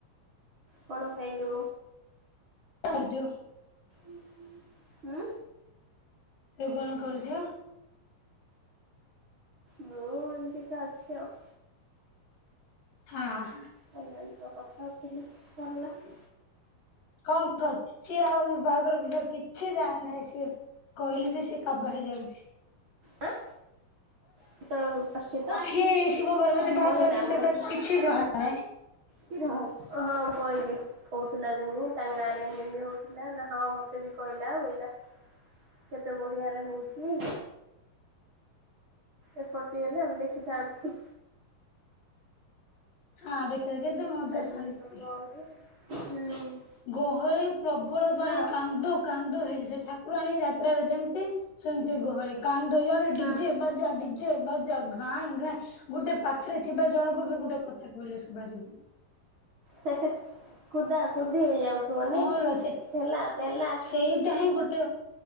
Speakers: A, on the right; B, on the left.
A: କଣ ଖାଇଲୁ?
B: କାଜୁ
A: ଉଁୁ।
B: ତୁ କଣ କରୁଛୁ?
A: ମୁଁ ଏନ୍ତି କା ଅଛି ଆଉ।
B: ହଁ।
A: କଲ୍ୟାଣୀ ସହ କଥା ହେଉଥିଲି କଲାଣି
B: କଣ କର ଚି ଆଉ ବାହାଘର ବିଷୟରେ କି ସେ ଯାଣି ନାହିଁ ସିଏ କହିଲେ ଯେ ସେ କାବା ହେଇଯାଉଛି।
A: ଆଁ କେତେବେଳକୁ ବସିଛି ତ
B: ସିଏ ଶିବ ପାର୍ବତୀ ବାହାଘର
A: କହିଲା
B: ବିଷୟରେ ତାକୁ କିଛି ଜଣା ନାହିଁ।
A: କିର ହଁ ଓଃ ମୁଁ କହିଲି କହୁଥିଲା ବିନି ତାଙ୍କ ଗାଁର ଇନି ଇନି ହଉଥିଲା ନା ହଁ ମତେ ବି କହିଲା କହିଲା କେତେ ବଢିଆ ରେ ହଉଛି ଏପଟ ହେଲେ ଆମେ ଦେଖିଥାନ୍ତୁ
B: ହଁ ଦେଖିଲେ କେତେ ମଜା
A: ଆଜି
B: ଶାନ୍ତି
A: <unintelligible> ହୁଁ।
B: ଗହଳି ପ୍ରବଳ
A: ହେଲା
B: ପାଇଁ
A: ଆଉ।
B: କାନ୍ଦ କାନ୍ଦ ହେଇଛି ସେ ଠାକୁରାଣୀ ଯାତ୍ରାରେ ଯେମିତି ସେମିତି ଗହଳି କାନ୍ଦ ଇଆଡେ
A: ହୁଁ।
B: ଡିଜେ ବାଜା ଡିଜେ ଡିଜେ ବାଜା ଘାଇଁ ଘାଇଁ ଗୋଟେ ପାଖରେ ଥିବା ଜଣଙ୍କୁ ବି ଗୋଟେ କଥା କହିଲେ ଶୁଭାଯିବନି।
A: ହେ ହେ କୁଦା କୁଦି ହେଇଯାଉଥିବା ନାଇ
B: ହଁ ଲୋ ସେ
A: ଠେଲାପେଲା
B: ସେଇଟା ହିଁ ଗୋଟେ